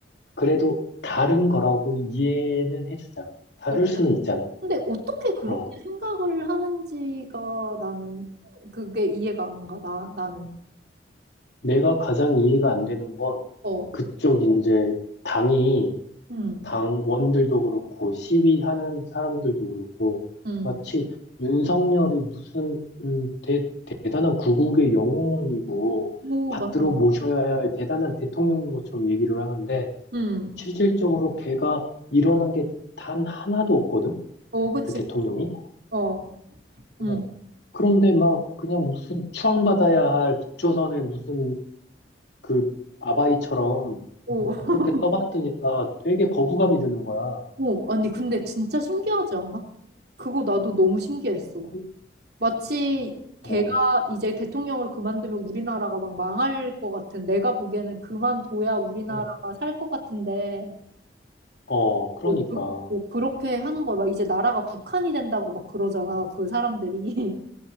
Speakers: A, on the left (about 65°); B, on the right (about 60°).
A: 그래도 다른 거라고 이해는 해주자. 다를
B: 어, 그래.
A: 수는 있잖아.
B: 근데 어떻게 그렇게
A: 어,
B: 생각을 하는지가 나는 그게 이해가 안 가. 나, 나는.
A: 내가 가장 이해가 안 되는 건,
B: 어.
A: 그쪽 이제 당이
B: 음.
A: 당원들도 그렇고 시위하는 사람들도 그렇고
B: 음.
A: 마치 윤석열이 무슨 음, 대, 대단한 구국의 영웅이고
B: 오,
A: 받들어
B: 맞아, 맞아.
A: 모셔야 할 대단한 대통령인 것처럼 얘기를 하는데
B: 음.
A: 실질적으로 걔가 일어난 게 단 하나도 없거든
B: 어, 그치.
A: 그 대통령이
B: 어.
A: 어.
B: 음.
A: 그런데 막 그냥 무슨 추앙받아야 할 북조선의 무슨 그 아바이처럼
B: 오. <laughs>
A: 그렇게 떠받드니까 되게 거부감이 드는 거야.
B: 오. 아니, 근데 진짜 신기하지 않아? 그거 나도 너무 신기했어.
A: 그-
B: 마치 걔가
A: 어.
B: 이제 대통령을 그만두면 우리나라가 막 망할 것 같은, 내가 보기에는 그만둬야 우리나라가
A: 어.
B: 살 것 같은데,
A: 어, 그러니까.
B: 뭐 그, 뭐 그렇게 하는 거야. 막 이제 나라가 북한이 된다고 막 그러잖아, 그 사람들이.